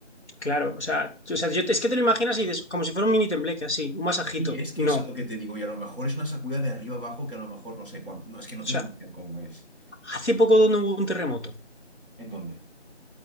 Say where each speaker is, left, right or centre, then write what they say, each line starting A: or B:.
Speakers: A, on the left (about 70°); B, on the left (about 50°).
A: Claro, o sea, tú- o sea, yo, es que te lo imaginas y dices, como si fuera un mini tembleque, así, un masajito.
B: Sí, es que
A: No.
B: eso es
A: O
B: lo que te digo, y a lo mejor es una sacudida de arriba abajo que a lo mejor no sé cuánto. No, es que no
A: sea,
B: tengo ni idea cómo es.
A: hace poco donde hubo un terremoto.
B: ¿En dónde?